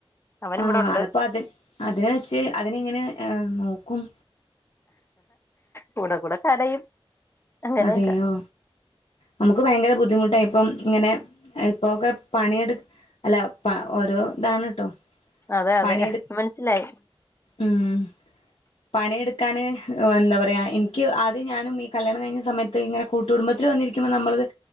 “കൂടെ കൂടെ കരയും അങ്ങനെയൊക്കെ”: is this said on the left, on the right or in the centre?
Left